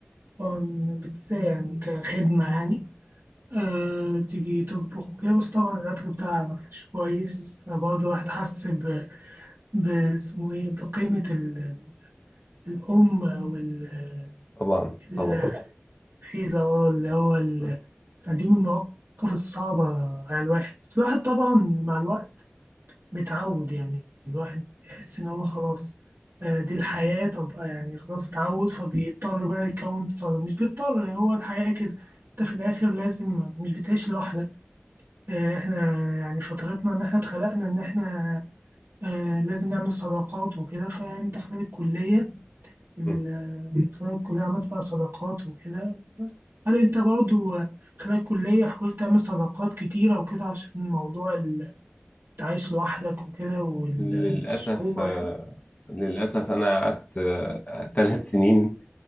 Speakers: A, on the right; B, on the left.
A: طبعاً بت- يعني كخدمة يعني آه بتيجي تطبخ وكده بس طبعا الأكل بتاعها ما كانش كويس فبرضه الواحد حس ب ب- اسمه إيه بقيمة ال- الأم أو ال-
B: طبعا
A: ال-
B: طبعا
A: الحيلة أه، اللي هو ال-
B: مم.
A: فدي من المواقف الصعبة على الواحد بس الواحد طبعا مع الوقت بتعود يعني الواحد يحس إن هو خلاص آه، دي الحياة طب آه، يعني خلاص اتعود فبيضطر بقى يكون صداقة مش بيضطر يعني هو الحياة كده أنت في الآخر لازم مش بتعيش لوحدك آه، إحنا يعني فترتنا إن إحنا اتخلقنا إن إحنا آه، لازم نعمل صداقات وكده فأنت خلال الكلية ال-
B: مم.
A: خلال الكلية عملت بقى صداقات وكده بس هل أنت برضو آه، خلال الكلية حاولت تعمل صداقات كتيرة وكده عشان موضوع عايش لوحدك وكده والصعوبة
B: للأسف آه،
A: يعني
B: للأسف أنا قعدت ثلاث سنين